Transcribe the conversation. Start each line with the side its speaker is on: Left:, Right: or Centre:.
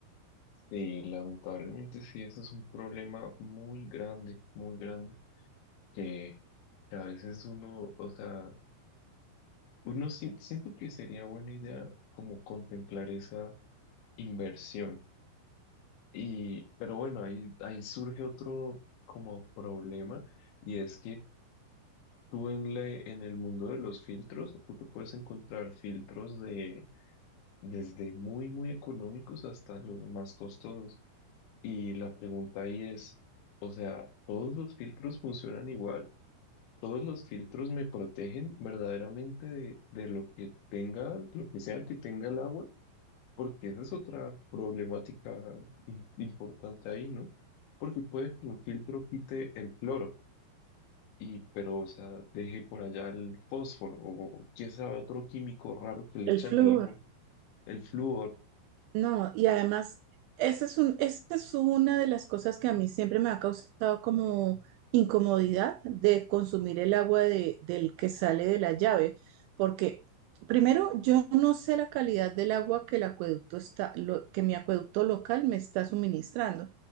Left: Sí, lamentablemente sí, ese es un problema muy grande, muy grande, que, que a veces uno, o sea, uno sí- siento que sería buena idea como contemplar esa inversión. Y, pero bueno, ahí, ahí surge otro como problema y es que tú en, le en el mundo de los filtros, tú te puedes encontrar filtros de desde muy, muy económicos hasta los más costosos. Y la pregunta ahí es, o sea, ¿todos los filtros funcionan igual? ¿Todos los filtros me protegen verdaderamente de, de lo que tenga, lo que sea que tenga el agua? Porque esa es otra problemática im- importante ahí, ¿no? Porque puede que un filtro quite el cloro. Y, pero, o sea, deje por allá el fósforo o quién sabe otro químico raro que le
Right: El
Left: echan
Right: flujo.
Left: al agua, el flúor.
Right: No, y además, esa es un, esa es una de las cosas que a mí siempre me ha causado como incomodidad de consumir el agua de- del que sale de la llave, porque primero yo no sé la calidad del agua que el acueducto está, lo- que mi acueducto local me está suministrando,